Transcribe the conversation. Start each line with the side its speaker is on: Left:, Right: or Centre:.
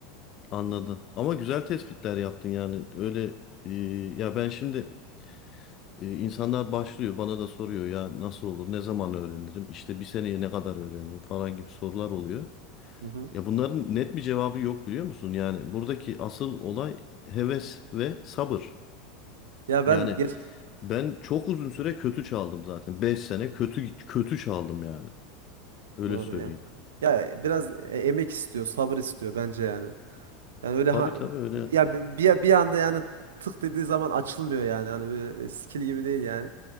Left: anladım. Ama güzel tespitler yaptın yani. Öyle e, ya ben şimdi Ee, insanlar başlıyor bana da soruyor ya nasıl olur ne zaman öğrenirim işte bir seneye ne kadar öğrenirim falan gibi sorular oluyor.
Right: Hı hı.
Left: Ya bunların net bir cevabı yok biliyor musun? Yani buradaki asıl olay heves ve sabır.
Right: Ya ben
Left: Yani
Right: geç
Left: ben çok uzun süre kötü çaldım zaten. beş sene kötü kötü çaldım yani. Öyle
Right: doğru
Left: söyleyeyim.
Right: ya. Ya biraz e, emek istiyor, sabır istiyor bence yani. Yani öyle
Left: Tabii
Right: ha,
Left: tabii öyle.
Right: ya bi- bir bir anda yani tık dediği zaman açılmıyor yani. Hani böyle e, skill gibi değil yani.